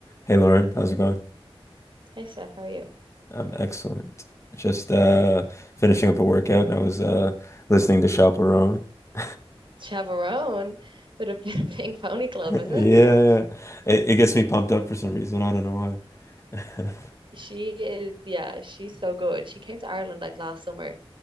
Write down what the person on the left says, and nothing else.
Hey Lauren, how's it going?
I'm excellent. Just uh finishing up a workout and I was uh listening to Chaperone. <laughs>
Yeah.
It, it gets me pumped up for some reason. I don't know why. <laughs>